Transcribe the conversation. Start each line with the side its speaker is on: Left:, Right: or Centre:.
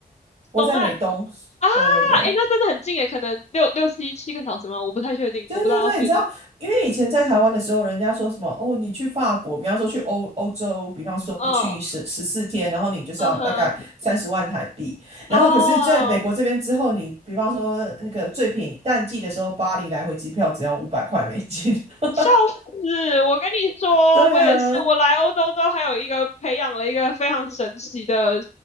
Right: 我在美东。
Left: 东岸。啊，
Right: 对对对，
Left: 哎，那真的很近诶，可能六六七七个小时吗？我不太确定，
Right: 对对对，
Left: 我不知道要飞多。
Right: 你知道，因为以前在台湾的时候，人家说什么哦，你去法国，比方说去欧欧洲，比方说去十十四天，
Left: 嗯
Right: 然后你就是要大概三十万台币。
Left: 嗯哼，
Right: 然后可是在美国这边之后，
Left: 哦，
Right: 你比方说那个最便宜淡季的时候，巴黎来回机票只要五百块美金。<laughs>
Left: 笑死！我跟你说，
Right: 对啊，
Left: 我也是，我来欧洲之后，还有一个培养了一个非常神奇的